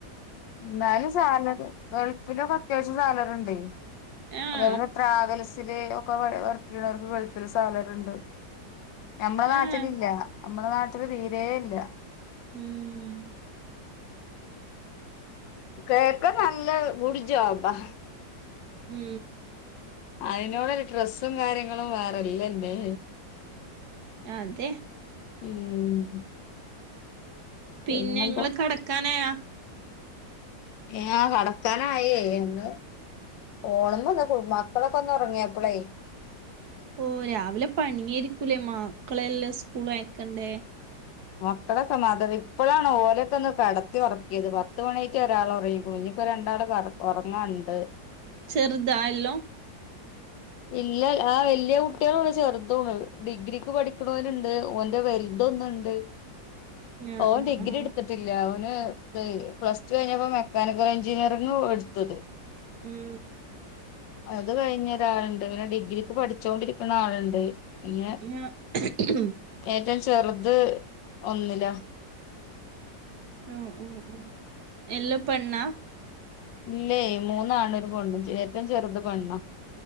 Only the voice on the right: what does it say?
ആഹ്
ആഹ്
ഉം
ഉം
ആ അതെ
പിന്നെ
ഇങ്ങള് കടക്കാനയാാ
ഓ രാവിലെ പണിയായിരിക്കൂലേ മക്കളെല്ലാം സ്കൂള ആക്കണ്ടേ
ചെറുതാ എല്ലോ
ആഹ്
ആഹ്
ആഹ്
ഉം
ആ ഓ
ഓ ഓ ഉഓ എല്ലാം പെണ്ണാ